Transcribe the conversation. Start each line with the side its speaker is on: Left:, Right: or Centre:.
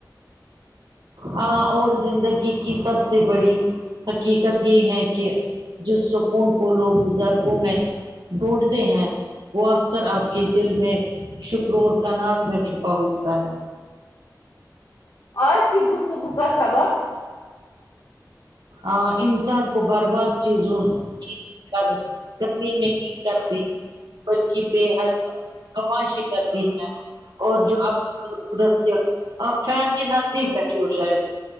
Right: ہاں اور زندگی کی سب سے بڑی حقیقت یہ ہے کہ جس سکون کو لوگ بزرگوں میں ڈھونڈتے ہیں وہ اکثر آپ کی دل میں شکر اور کانات میں چھپا ہوتا ہے
Left: آج کی گفتگو کا سبق
Right: آ انسان کو برباد چیزوں کی کر کرمی نہیں کرتی بلکہ بے حد خاموشی کرتی ہے اور جو آپ کی ضرورت ہے آپ فین کے نزدیک بیٹھی ہو شاید